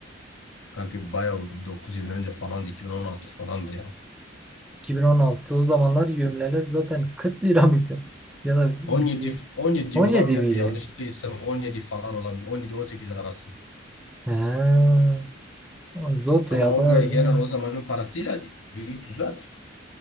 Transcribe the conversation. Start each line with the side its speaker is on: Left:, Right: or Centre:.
Left: Kanka bayağı oldu. 9 yıl önce falandı. 2016 falandı ya.
Centre: 2016. O zamanlar yemleler zaten 40 lira mıydı? Ya da bir-
Left: 17 17
Centre: 17
Left: olabilir
Centre: miydi?
Left: yanlış değilsem 17 falan olabilir. 17-18 arası.
Centre: Ha, zordu
Left: Ama
Centre: ya
Left: o
Centre: bayağı.
Left: ge- genel
Centre: zor.
Left: o zamanın parasıyla büyük düzelt.